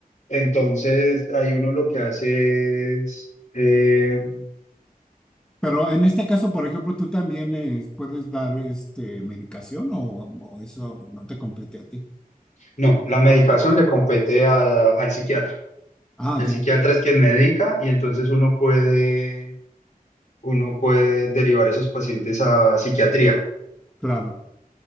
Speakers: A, on the left; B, in the centre.
A: entonces ahí uno lo que hace es, eh,
B: Pero en este caso, por ejemplo, tú también eh, puedes dar este medicación o, o eso no te compete a ti.
A: no, la medicación le compete a- al psiquiatra.
B: Ah,
A: El
B: ya,
A: psiquiatra es quien medica y entonces uno puede, uno puede derivar esos pacientes a psiquiatría.
B: claro.